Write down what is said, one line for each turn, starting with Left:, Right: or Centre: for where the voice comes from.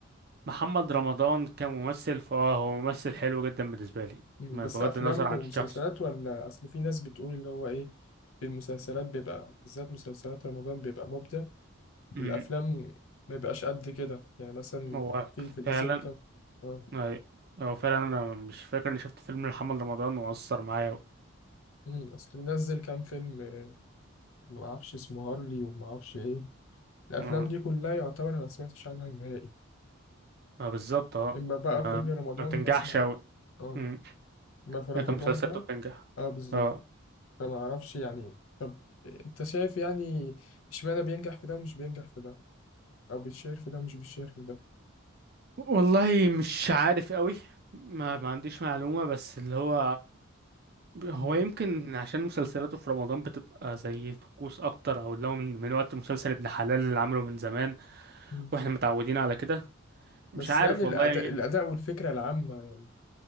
Right: محمد رمضان كممثل فاه هو ممثل حلو جدا بالنسبة لي
Left: مم.
Right: ما
Left: بس
Right: بغض
Left: افلام
Right: النظر عن
Left: ومسلسلات
Right: شخصه
Left: ولا اصل في ناس بتقول اللي هو ايه في المسلسلات بيبقى بالذات مسلسلات رمضان بيبقى مبدع
Right: مم.
Left: والافلام ما بيبقاش قد كده يعني مثلا
Right: هو
Left: في في نزل
Right: فعلا
Left: له كام اه
Right: أي. هو فعلا انا مش فاكر اني شفت فيلم محمد رمضان وأثر معايا
Left: مم، بس كان نزل كام فيلم آه، ما اعرفش اسمه هارلي وما اعرفش ايه الافلام
Right: أوي.
Left: دي كلها يعتبر انا ما سمعتش عنها نهائي
Right: ما بالظبط اه
Left: اما بقى
Right: ما
Left: كل رمضان
Right: ما بتنجحش
Left: بسمع
Right: أوي
Left: اه
Right: مم.
Left: ما في رمضان
Right: لكن مسلسلاته
Left: بقى
Right: بتنجح
Left: اه بالظبط
Right: اه
Left: فما اعرفش يعني طب انت شايف يعني اشمعنى بينجح في ده ومش بينجح في ده او بيتشهر في ده ومش بيتشهر في ده
Right: والله مش عارف أوي ما ما عنديش معلومة بس اللي هو هو
Left: مم.
Right: يمكن عشان مسلسلاته في رمضان بتبقى زي طقوس أكتر أو اللي هو من, من وقت مسلسل ابن حلال اللي عمله من زمان
Left: مم.
Right: واحنا متعودين على كده مش
Left: بس
Right: عارف
Left: يعني الاداء
Right: والله
Left: الاداء والفكره العامه يعني